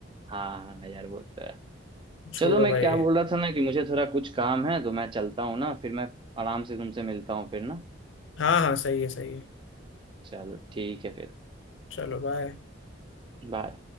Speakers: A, on the right; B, on the left.
A: हाँ यार वो तो है।
B: छोड़ो
A: चलो मैं
B: भाई
A: क्या बोल रहा था ना कि मुझे थोड़ा कुछ काम है तो मैं चलता हूँ ना फिर मैं आराम से तुमसे मिलता हूँ फिर ना
B: हाँ हाँ सही है सही है
A: चलो ठीक है फिर
B: चलो बाय
A: बाय